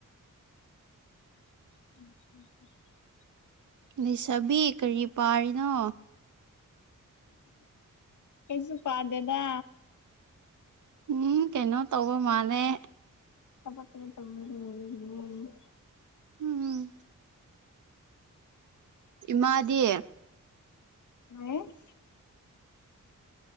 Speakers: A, on the left (about 60°); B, on the right (about 65°).
A: <unintelligible>
B: ꯂꯤꯁꯥꯕꯤ ꯀꯔꯤ ꯄꯥꯔꯤꯅꯣ
A: ꯀꯩꯁꯨ ꯄꯥꯗꯦꯗ
B: ꯎꯝ ꯀꯩꯅꯣ ꯇꯧꯕ ꯃꯥꯜꯂꯦ
A: <unintelligible>
B: ꯎꯝ ꯏꯃꯥꯗꯤ
A: ꯂꯩ